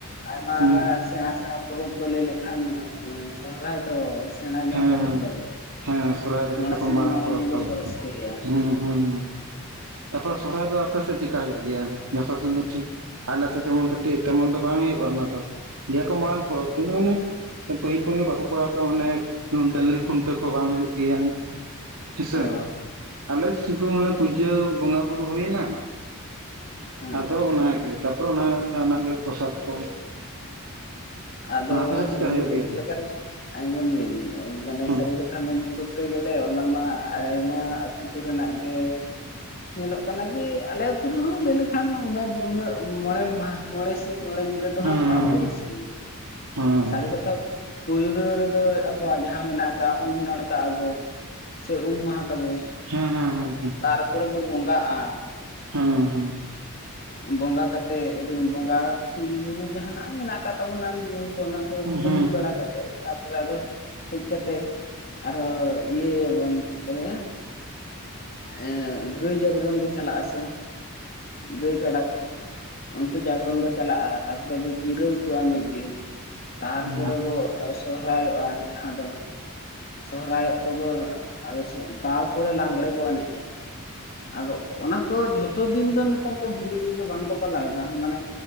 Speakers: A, on the left (about 45°); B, on the right (about 80°).
A: ᱟᱭᱢᱟ
B: ᱦᱮᱸ
A: ᱥᱮᱬᱟ ᱥᱮᱬᱟ ᱯᱚᱨᱚᱵᱽ ᱫᱚ ᱞᱟᱹᱭ ᱞᱮᱠᱷᱟᱱ ᱥᱚᱦᱨᱟᱭ ᱫᱚ ᱥᱮᱬᱟ ᱧᱚᱜ
B: ᱦᱮᱸ
A: ᱯᱚᱨᱚᱵᱽ ᱛᱟᱵᱚ᱾
B: ᱦᱮᱸ ᱦᱮᱸ ᱥᱚᱨᱦᱟᱭ ᱫᱚ
A: ᱢᱚᱬᱮ
B: ᱡᱚᱛᱚ ᱠᱷᱚᱱ
A: ᱥᱤᱧ
B: ᱢᱟᱨᱟᱝ
A: ᱢᱚᱲᱮ
B: ᱯᱚᱨᱚᱵᱽ
A: ᱧᱤᱫᱟᱹ
B: ᱛᱟᱵᱚ
A: ᱵᱚ ᱨᱟᱹᱥᱠᱟᱹᱭᱟ᱾
B: ᱦᱩᱸ ᱦᱩᱸ ᱛᱟᱯᱚᱨ ᱥᱚᱦᱨᱟᱭ ᱫᱚ ᱟᱯᱮ ᱥᱮᱫ ᱪᱮᱠᱟ ᱦᱩᱭᱩᱜ ᱜᱮᱭᱟ? ᱡᱷᱚᱛᱚ ᱥᱮᱱ ᱫᱚ ᱴᱷᱤᱠ ᱟᱞᱮ ᱥᱮᱫ ᱡᱮᱢᱚᱱ ᱠᱟᱹᱴᱤᱡ ᱛᱮᱢᱚᱱ ᱫᱚ ᱵᱟᱝ ᱦᱩᱭᱩᱜᱼᱟ ᱚᱱᱟ ᱫᱚ, ᱞᱟᱹᱭᱟ ᱠᱚ ᱢᱟᱲᱟᱝ ᱯᱚᱨᱚᱵᱽ ᱠᱟᱱᱟ ᱢᱟᱱᱮ ᱯᱟᱦᱤᱞ ᱠᱷᱚᱱ ᱜᱮ ᱵᱟᱠᱚ ᱠᱚᱨᱟᱣ ᱛᱮ ᱚᱱᱮ ᱰᱟᱝᱨᱤ ᱠᱷᱩᱱᱴᱟᱹᱣ ᱠᱚ ᱵᱟᱝ ᱦᱩᱭᱩᱜ ᱜᱮᱭᱟ ᱦᱮᱸᱥᱮ?
A: ᱚ
B: ᱟᱞᱮ ᱥᱩᱫᱩ ᱢᱟᱱᱮ ᱯᱩᱡᱟᱹ ᱵᱚᱸᱜᱟ ᱵᱩᱨᱩ ᱦᱩᱭ ᱮᱱᱟ
A: ᱦᱮᱸ
B: ᱟᱫᱚ ᱚᱱᱟ ᱜᱮ᱾ ᱛᱟᱯᱚᱨ ᱚᱱᱟ ᱡᱟᱦᱟᱱᱟᱜ ᱜᱮ ᱯᱳᱥᱟᱫ ᱠᱚ
A: ᱟᱫᱚ
B: ᱚᱱᱟ ᱟᱯᱮ ᱥᱮᱫ ᱪᱮᱠᱟ
A: ᱜᱚᱢᱠᱮ
B: ᱦᱩᱭᱩᱜ ᱜᱮᱭᱟ
A: ᱪᱮᱫᱞᱮᱠᱟᱱ ᱟᱸᱡᱚᱢ ᱵᱤᱱ ᱢᱟᱱᱮ
B: ᱦᱮᱸ
A: ᱥᱟᱹᱨᱤ ᱠᱟᱛᱷᱟ <inaudible> ᱢᱮᱱ ᱠᱚᱨᱛᱮ ᱜᱮᱞᱮ ᱚᱱᱟ ᱢᱟ ᱟᱭᱢᱟ ᱟᱛᱩ ᱠᱚᱨᱮᱱᱟᱜ ᱜᱮ ᱧᱮᱞᱚᱜ ᱠᱟᱱᱟ ᱡᱮ ᱟᱞᱮ ᱟᱛᱩ ᱨᱮᱦᱚᱸ ᱞᱟᱹᱭ ᱞᱮᱠᱷᱟᱱ ᱩᱱᱟᱹᱜ ᱩᱱᱟ. ᱜ ᱢᱚᱬᱮ ᱢᱟᱦᱟ ᱢᱚᱬᱮ ᱥᱤᱧ ᱢᱚᱬᱮ ᱧᱤᱫᱟᱹ ᱫᱚ
B: ᱦᱮᱸ
A: ᱦᱟᱸᱜ
B: ᱦᱮᱸ
A: ᱵᱟᱝᱵᱚᱱ ᱨᱟᱹᱥᱠᱟᱹᱭᱟ,
B: ᱦᱮᱸ
A: ᱥᱟᱨᱤ ᱠᱟᱛᱷᱟ ᱯᱳᱭᱞᱟᱹ ᱨᱮᱫᱚ ᱟᱵᱚᱣᱟᱜ ᱡᱟᱦᱟᱸ ᱢᱮᱱᱟᱜ ᱠᱟᱜᱼᱟ ᱩᱢ ᱱᱟᱲᱠᱟᱜ ᱟᱵᱚ᱾ ᱥᱮ ᱩᱢ ᱢᱟᱦᱟ ᱛᱟᱵᱚ᱾
B: ᱦᱮᱸ ᱦᱮᱸ ᱦᱮᱸ ᱦᱮᱸ᱾
A: ᱛᱟᱨᱯᱚᱨᱮ ᱵᱚ ᱵᱚᱸᱜᱟᱜᱼᱟ᱾
B: ᱦᱮᱸ ᱦᱮᱸ᱾
A: ᱵᱚᱸᱜᱟ ᱠᱟᱛᱮᱜ ᱨᱩᱢ ᱵᱚᱸᱜᱟ ᱵᱩᱨᱩ ᱡᱟᱦᱟᱱᱟᱜ ᱢᱮᱱᱟᱜ ᱟᱠᱟᱫ ᱛᱟᱵᱚᱱᱟ ᱡᱤᱭᱚᱱ ᱠᱚ ᱚᱱᱟ ᱠᱚ
B: ᱦᱮᱸ
A: ᱠᱟᱹᱢᱤ
B: ᱦᱮᱸ ᱦᱮᱸ
A: ᱵᱟᱲᱟ ᱠᱟᱛᱮᱜ, ᱛᱟᱯᱚᱨᱮ ᱟᱫᱚ ᱦᱮᱡ ᱠᱟᱛᱮᱜ ᱟᱨᱦᱚᱸ ᱤᱭᱟᱹᱭᱟᱵᱚᱱ ᱪᱮᱫ ᱠᱚ ᱞᱟᱹᱭᱟ ᱮᱸ ᱜᱟᱹᱭ ᱡᱟᱜᱽᱨᱚᱱ ᱵᱚ ᱪᱟᱞᱟᱜ ᱟᱥᱮ ᱜᱟᱹᱭ ᱠᱟᱰᱟ ᱠᱚ᱾ ᱩᱱᱠᱩ ᱡᱟᱜᱚᱨᱚᱱ ᱵᱚ ᱪᱟᱞᱟᱜᱼᱟ, ᱛᱟᱯᱚᱨᱮ ᱵᱚ ᱡᱤᱨᱟᱹᱣ ᱠᱚᱣᱟ ᱢᱤᱫ ᱫᱤᱱ᱾ ᱛᱟᱨᱯᱚᱨᱮ
B: ᱦᱮᱸ
A: ᱵᱚ ᱥᱚᱦᱨᱟᱭᱚᱜᱼᱟ᱾ ᱡᱟᱦᱟᱸ ᱫᱚ ᱥᱚᱦᱨᱟᱭᱚᱜ ᱛᱮᱵᱚᱱ ᱟᱫᱚ ᱛᱟᱨᱯᱚᱨᱮ ᱞᱟᱸᱜᱽᱬᱮ ᱵᱚᱱ ᱮᱱᱮᱡᱼᱟ᱾ ᱟᱫᱚ ᱚᱱᱟ ᱠᱚ ᱡᱷᱚᱛᱚ ᱫᱤᱱ ᱫᱚ ᱱᱮᱛᱟᱨ ᱫᱚ ᱵᱷᱟᱹᱜᱤ ᱴᱷᱤᱠ ᱫᱚ ᱵᱟᱝᱠᱚ ᱯᱟᱞᱟᱣ ᱮᱫᱟ ᱢᱟᱱᱮ᱾